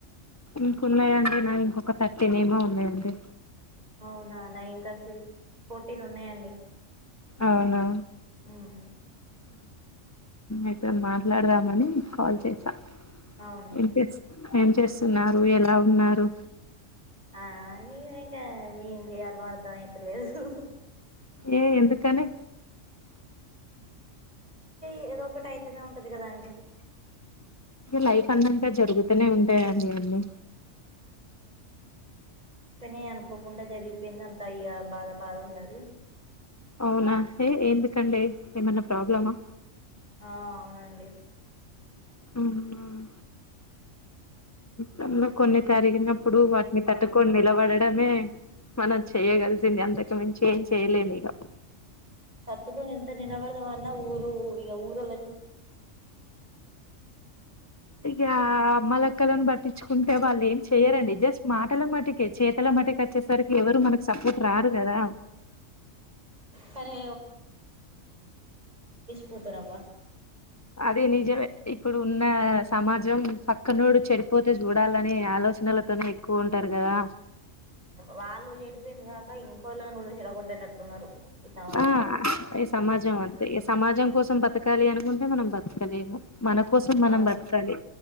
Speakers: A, on the left; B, on the right.
A: ఇ ఉన్నాయ అండి నా ఒక థర్టీన్ ఏమో ఉన్నాయండి
B: అవునా న ఇంకా సిక్స్ ఫోర్టీన్ ఉన్నాయండి
A: అవునా
B: ఉమ్
A: అయితే మాట్లాడదామని కాల్ చేసా
B: అవును
A: ఏం చేస్ ఏం చేస్తున్నారు ఎలా ఉన్నారు
B: ఆ ఇ ఇంకా ఏం చేయయాలో అర్ధం అయితలేదు
A: ఏ ఎందుకనే
B: ఇకద ఒకటి అయితేనే ఉంటది కదా అండి
A: లైఫ్ అందం జరుగుతూనే ఉంటాయండి అవన్నీ
B: తని అనుకు అకోకుండా జరిగిపోయింది అంత అయ్యా బాధ బాధ ఉన్నది
A: అవునా ఏ ఎందుకండి ఏమన్నా ప్రాబ్లమా
B: ఆ అవునండి
A: మ్... తనలో కొన్ని జరిగినప్పుడు వాటిని తట్టుకొని నిలబడ మ్మీ... మనం చెయగలిసింది అంతకు మించి ఏం చేయలేము ఇక
B: తట్టుకోని ఎంత నిలబడదమన్న ఊరు ఈ ఊరోలు
A: ఇక మల క్కలను పట్టించుకుంటే వాళ్ళు ఏం చేయ్యరండి జస్ట్ మాటల మటికె చేతల మటికి వచ్చేసరికి ఎవరు మనకు సపొర్ట్ ఇటురారుగదా
B: కానీ కుదరద
A: అదీ నిజమే ఇప్పుడు ఉన్న సమాజం పక్కనోడు చెడిపోతే చూడాలని ఆలోచన తోనే ఎక్కువ ఉంటారు కదా
B: వాళ్ళు చెడిపోయింది కాక ఇంకోళ్ళని కూడా చెడగొట్టేటట్టున్నారు ఈ సమాజం
A: ఆ ఈ సమాజం అంతే ఈ సమాజం కోసం బతకాలి అనుకుంటే మనం బతకలేము మన కోసం మనం
B: అవును
A: బతకాలి